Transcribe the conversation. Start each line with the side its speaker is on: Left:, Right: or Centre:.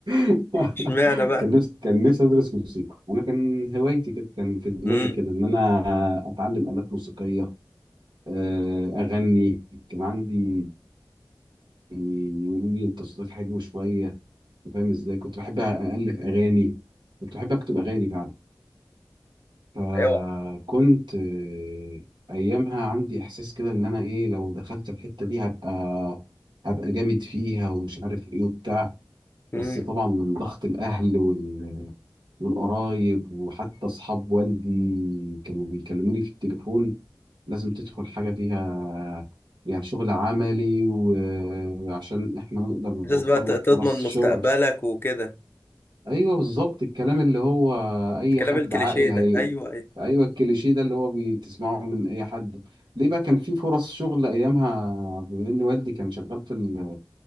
Right: <laughs>
Left: اشمعنى بقى؟
Right: كان نفسي كان نفسي ادرس موسيقى انا كان هوايتي كده كان في دماغي
Left: امم
Right: كده ان انا اتعلم آلات موسيقية آه، اغني كان عندي يقولوا لي انت صوتك حلو شوية أنت فاهم ازاي كنت بحب الف اغاني كنت بحب اكتب اغاني فعلا فكنت
Left: ايوه
Right: آه، ايامها عندي احساس كده ان انا ايه لو دخلت الحتة دي هبقى هبقى جامد فيها ومش عارف ايه وبتاع
Left: امم
Right: بس طبعا من ضغط الأهل وال... والقرايب وحتى أصحاب والدي كانوا بيكلموني في التليفون لازم تدخل حاجة فيها يعني شغل عملي وعشان إحنا نقدر نوفر
Left: اساس بقى ت-
Right: لك
Left: تضمن
Right: فرص شغل
Left: مستقبلك وكده
Right: أيوه بالظبط الكلام اللي هو أي
Left: الكلام
Right: حد
Left: الكليشيه
Right: عاقل
Left: ده
Right: هي
Left: ايوه ايوه
Right: أيوه الكليشيه ده اللي هو بتسمعه من أي حد ليه بقى كان في فرص شغل أيامها بما إن والدي كان شغال في